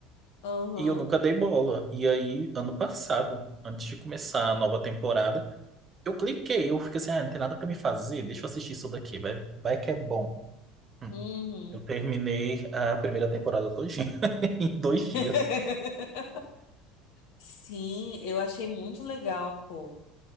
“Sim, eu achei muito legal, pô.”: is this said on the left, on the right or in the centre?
Left